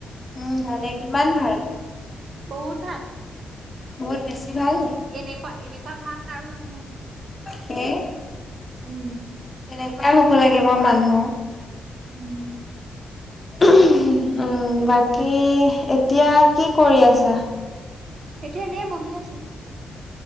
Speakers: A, on the left (about 20°); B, on the right (about 50°).
A: উম ভালে, কিমান ভাল?
B: বহুত ভাল।
A: বহুত বেছি ভাল।
B: এনেকুৱা এনেকুৱা ভাল কাৰো নহয়।
A: সেই -
B: উম।
A: তেনেকুৱাই হ'ব লাগিব মানুহ।
B: উম।
A: উম বাকী এতিয়া কি কৰি আছা?
B: এতিয়া এনে বহি আছো।